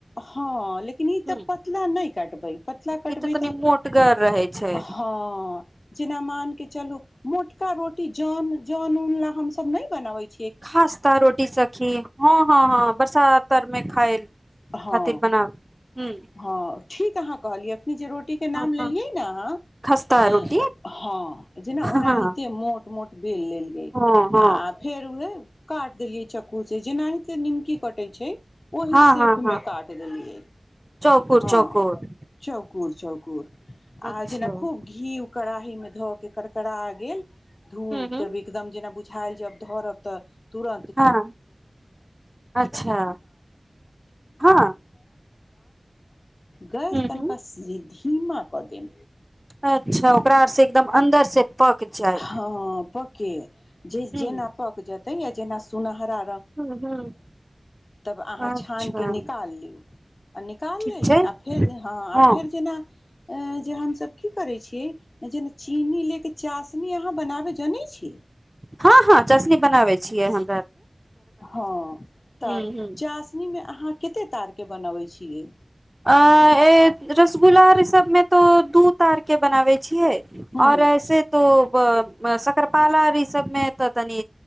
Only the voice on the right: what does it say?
हूँ,
ई तनी
मोटगर रहै छै
खासताा रोटी सखी हँ हँ हँ बरसातातर मे खााय
खातिर बनाब हूँ
हँ
हँ
खस्ता
रोटी
हँ
हँ
हँ
हँ
हँ हँ
चौकोर
चौकोर
अच्छा
हूँ
हूँ हूँ,
हँ अच्छा हँ
हूँ
हूँ
अच्छा ओकरा आर से एकदम अन्दर से पक जाय
हूँ
हूँ हूँ
अच्छा
ठीक
छै
हँ
हँ हँ चशनी बनाबै छियै हम
हूँ
हूँ
अ रसगुल्ला र सबमे तो दूध तार के बनाबै छियै
और ऐसे तो क्रपालाला ई सब मे त तनि